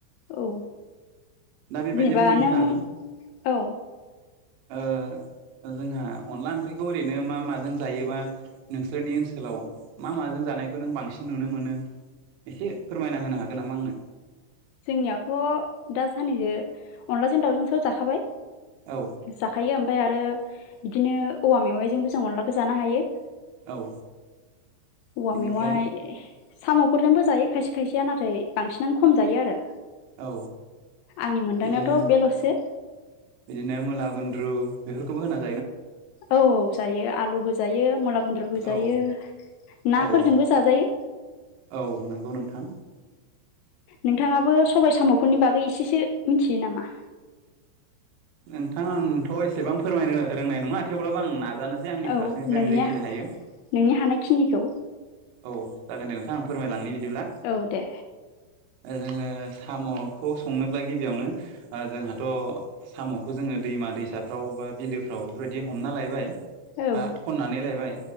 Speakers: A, on the left; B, on the right.
A: औ
B: दा बेबायदिनो
A: जेनेबा
B: नोंथां
A: नों औ
B: ओ जोंहा अनला ओंख्रिखौ ओरैनो मा माजों जायोबा नोंसोरनि ओनसोलाव मा माजों जानायखौ नों बांसिन नुनो मोनो एसे फोरमायना होनो हागोन नामा आंनो
A: जोंनियावथ' दा साननैसो अनलाजों दाावजोंसो जाखाबाय
B: औ
A: जाखायो ओमफ्राय आरो बिदिनो औवा मेवाइजोंबो जों अनलाखौ जानो हायो
B: औ
A: औवा
B: बेनिफ्राय
A: मेवाय साम'फोरजोंबो जायो खायसे खायसेया नाथाय बांसिनानो खम जायो आरो
B: औ
A: आंनि मोनदांनायावथ'
B: बिदिनो
A: बेल'सो
B: बिदिनो मुला गुन्द्रु बेफोरखौबो होनाय
A: औ जायो आलु होजायो मुला गन्द्र होजायो
B: औ
A: नाफोरजोंबो
B: औ
A: जाजायो
B: औ नंगौ नोंथां
A: नोंथाङाबो सबाय साम'फोरनि बागै एसे एसे मिथियो नामा?
B: नोंथां आंथ' एसेबां फोरमायनो रोंनाय नङा थेवब्लाबो आं नाजानोसै आंनि
A: औ
B: फारसेनिफ्राय
A: नोंनिया
B: आं जेखिनि हायो
A: नोंनि हानायखिनिखौ
B: औ जागोन दे नोंथां आं फोरमायलांनि बिदिब्ला
A: औ दे
B: जोङो सामखौ संनोब्ला गिबियावनो जोंहाथ सामखौ जोङो दैमा दैसाफ्राव बा बिलोफ्राव बेफोरबायदि हमना लायबाय
A: औ
B: बा खननानै लायबाय